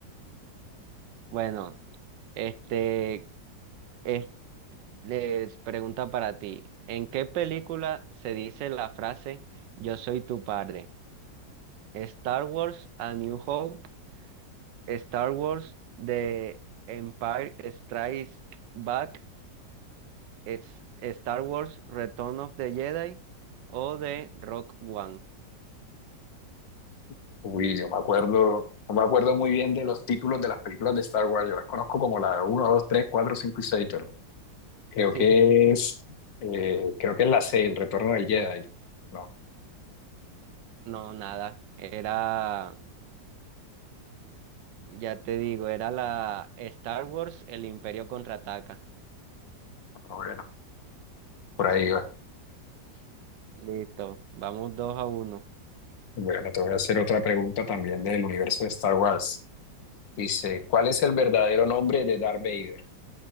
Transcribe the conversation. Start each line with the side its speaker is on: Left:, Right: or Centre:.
Right: Bueno, este, es- les pregunta para ti, ¿en qué película se dice la frase Yo soy tu padre? Star Wars, A New Hope, Star Wars, The Empire Strikes Back, es- Star Wars, Return of the Jedi o de Rock One.
Left: <laughs> Uy, yo me acuerdo, no me acuerdo muy bien de los títulos de las películas de Star Wars. Yo las conozco como la uno, 2, 3, 4, 5 y 6, pero creo
Right: Sí.
Left: que
Right: <laughs>
Left: es, eh, creo que es la 6, El Retorno del Jedi. No.
Right: No, nada. Era, ya te digo, era la Star Wars, El Imperio Contraataca.
Left: Bueno, por ahí va.
Right: Listo, vamos dos a uno.
Left: Bueno, te voy a hacer otra pregunta también del universo de Star Wars. Dice, ¿cuál es el verdadero nombre de Darth Vader?